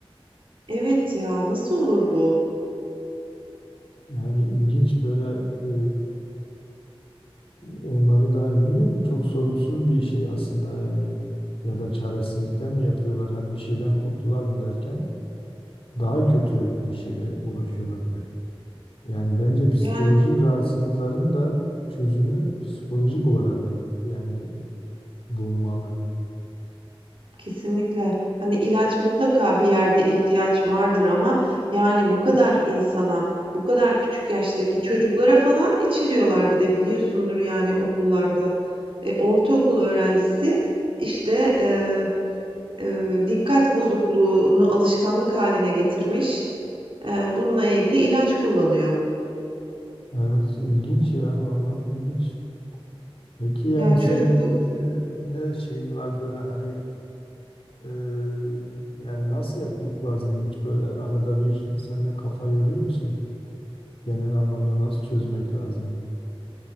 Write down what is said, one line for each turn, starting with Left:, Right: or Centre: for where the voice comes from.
Right: Evet ya nasıl olur bu?
Left: Yani ilginç böyle e, Onları da bilmiyorum çok sorumsuz bir şey aslında yani ya da çaresizlikten mi yapıyorlar hani bir şeyden kurtulalım derken daha kötü bir şeye ulaşıyorlar. Yani bence psikolojik
Right: Yani
Left: rahatsızlıkların da çözümü psikolojik olarak yani bulunmalı.
Right: Kesinlikle. Hani, ilaç mutlaka bir yerde ihtiyaç vardır ama, yani, bu kadar insana, bu kadar küçük yaştaki çocuklara falan içiriyorlar bir de biliyorsundur, yani, okullarda. E, ortaokul öğrencisi, işte, eee, eee, dikkat bozukluğunu alışkanlık haline getirmiş, eee, bununla ilgili ilaç kullanıyor.
Left: Evet ilginç ya vallahi ilginç. Peki yani
Right: Yani,
Left: sen
Right: çocuk bu
Left: ne, ne şeyin var böyle hani e, yani nasıl yapmak lazım hiç böyle arada bir sen de kafa yoruyor musun? Genel anlamda nasıl çözmek lazım?